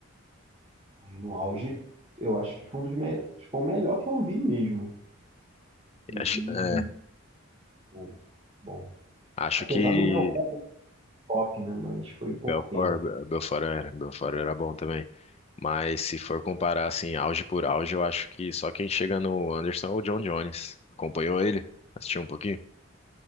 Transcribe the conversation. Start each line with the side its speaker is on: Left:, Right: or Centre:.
Right: E no auge, eu acho que foi um dos me... acho que foi o melhor que eu vi mesmo. E,
Left: Acho,
Right: e-
Left: é,
Right: bom, bom,
Left: acho
Right: apesar
Left: que
Right: do Belfort top, né? Mas foi pouco
Left: Belfort,
Right: tempo.
Left: Be- Belfort era, Belfort era bom também. Mas se for comparar assim, auge por auge, eu acho que só quem chega no Anderson é o John Jones. Acompanhou ele? Assistiu um pouquinho?